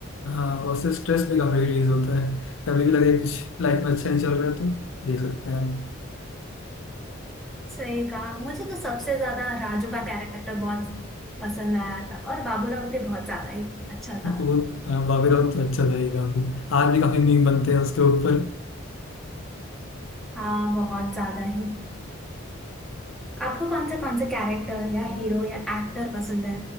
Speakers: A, on the left; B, in the centre.
A: हाँ और उससे स्ट्रेस भी काफ़ी रिलीज होता है कभी भी लगे कुछ लाइफ में अच्छा नहीं चल रहा है तो देख सकते हैं
B: सही कहा मुझे तो सबसे ज्यादा राजू का कैरेक्टर बहुत पसंद आया था और बाबूराव भी बहुत ज्यादा ही अच्छा था
A: वो बॉबी राउंड तो अच्छा था ये काफी आज भी काफी मीम बनते हैं उसके ऊपर
B: हाँ बहुत ज्यादा ही आपको कौन से कौन से कैरेक्टर या हीरो या एक्टर पसंद है